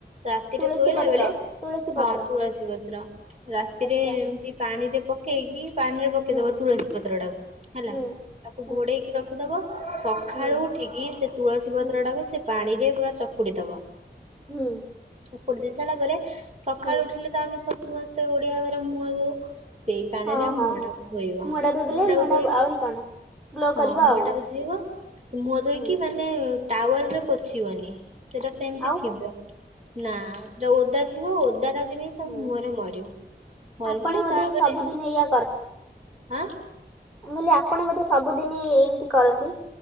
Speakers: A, on the right; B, in the centre.
A: ରାତିରେ
B: ତୁଳସୀ
A: ଶୋଇଲା
B: ପତ୍ର
A: ବେଳେ
B: ତୁଳସୀ ପତ୍ର
A: ହଁ ତୁଳସୀ ପତ୍ର ରାତିରେ
B: ଆଚ୍ଛା
A: ଏମିତି। ପାଣିରେ ପକେଇକି ପାଣି ରେ ପକେଇଦବ
B: ହୁଁ
A: ତୁଳସୀ ପତ୍ର ଟାକୁ ହେଲା
B: ହୁଁ
A: ତାକୁ
B: ହୁଁ
A: ଘୋଡେଇକି ରଖିଦବ ସକାଳୁ।
B: ହୁଁ
A: ଉଠିକି ସେ ତୁଳସୀ ପତ୍ର
B: ହୁଁ
A: ଟାକୁ ସେ ପାଣିରେ ପୁରା ଚକୁଡି ଦବ।
B: ହୁଁ।
A: ଉପଡି ଦେଇ ସାରିଲା ପରେ ସକାଳୁ
B: ହୁଁ
A: ଉଠିଲେ ତ ଆମେ ସମସ୍ତେ ଓଡିଆ ଘରେ ମୁହଁ ଦଉ। ସେଇ ପାଣିରେ
B: ହଁ ହଁ
A: ମୁହ
B: ହଁ
A: ଟାକୁ ଧୋଇବ
B: ମୁହଁ ଟା ଧୋଇଦେଲେ
A: ମୁହ ଟାକୁ
B: ମୁହଁ ଟା
A: ଧୋଇବ
B: ଆହୁରି କଣ ଗ୍ଲୋ
A: ହଁ
B: କରିବ
A: ମୁହ।
B: ଆଉ
A: ହ ଧୋଇବ ମୁହଁ ଧୋଇକି
B: ହୁଁ
A: ମାନେ ଟାୱାଲରେ ପଛିବନି। ସେଟା ସେମିତି
B: ଆଉ
A: ଥିବ ନା ସେଟା ଓଦା ଥିବ ଓଦା ଟା ଯେମି ତମ
B: ହୁଁ
A: ମୁହଁରେ ମରିବୁ ମରିଲେ
B: ଆପଣ ବୋଧେ
A: ତାପରେ
B: ସବୁଦିନ ଏଇଆ
A: ଆଁ।
B: ମୁକହିଲି ଆପଣ ବୋଧେ ସବୁଦିନ ଏମିତି କରନ୍ତି।